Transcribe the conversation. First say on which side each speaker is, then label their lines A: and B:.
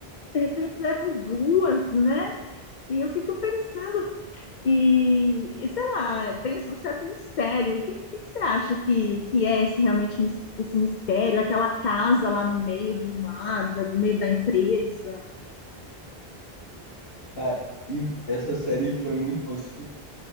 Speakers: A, on the left; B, on the left.
A: de repente, eram duas, né? E eu fico pensando, E, e, sei lá, tem um certo mistério. O que, que que você acha que, que é esse realmente mis- esse mistério? Aquela casa lá no meio do nada, no meio da empresa?
B: <laughs> cara, e essa série foi muito boa, assim,